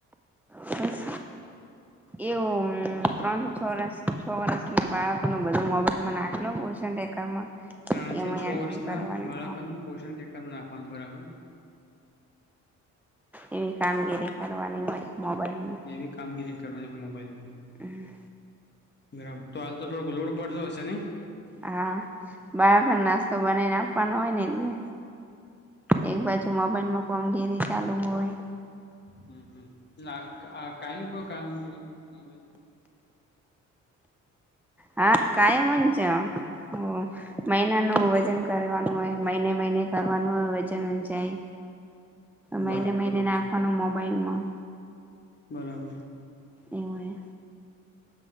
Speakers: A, in the centre; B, on the left.
A: બસ એવું અમ ત્રણ થી છ વર્ષ છ વર્ષના બાળકોનું બધું મોબાઈલમાં નાખલો પોષન ટેકરમાં.
B: ત્રણ
A: એમાં
B: થી છ
A: એન્ટ્રી
B: વર્ષના
A: કરવાની
B: બાળકોનું પોષણ ટેકાણ નાખવાનું બરા બર.
A: એવી કામગીરી કરવાની હોય મોબાઈલમાં.
B: એવી કામગીરી કરવાની મોબાઈલમાં.
A: હ.
B: બરાબર તો હાલ તો થોડુંક લોડ પડતો હશે ને નઇ
A: હા, બરાખર નાસ્તો બનાવીને આપવાનો હોય ને એટલે એક બાજુ મોબાઈલમાં કોમગીરી ચાલુ હોય,
B: હમ્મ હમ્મ નાક‌ આ કાઈ નખ કામગીરી મોબાઈલ
A: હા, કાઈ મન છે હમ્મ મહિનાનું વજન કરવાનું હોય મહિને મહિને કરવાનું હોય વજન ઊંચાઈ મહિને
B: બરાબર
A: મહિને નાખવાનું મોબાઈલમાં
B: બરાબર
A: એવુંયે